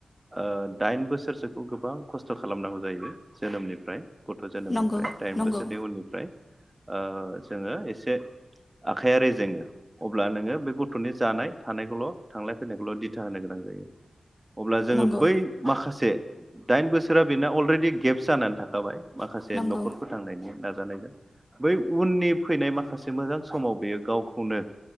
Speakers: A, on the right; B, on the left.
A: ओ दाइन बोसोरसोखौ गोबां खस्थ' खालामनांगौ जायो। जोनोमनिफ्राय। गथ' जोनोमनिफ्राय
B: नंगौ
A: दाइन
B: नंगौ
A: बोसोरनि उननिफ्राय ओ जोङो एसे आखाइया रेजेङो अब्ला नोङो बे गथ'नि जानाय थानायखौल' थांलाय फैलनायखौल' दिथा होनो गोनां जायो। अब्ला जोङो
B: नंगौ
A: बै माखासे दाइन बोसोर <unintelligible> बिना अलरेडि गेबस जानानै थाखाबाय। माखासे
B: नंगौ
A: न'खर फोथांनायनि नाजानायजों। बै उननि फैनाय माखासे मोजां समाव बेयो गावखौनो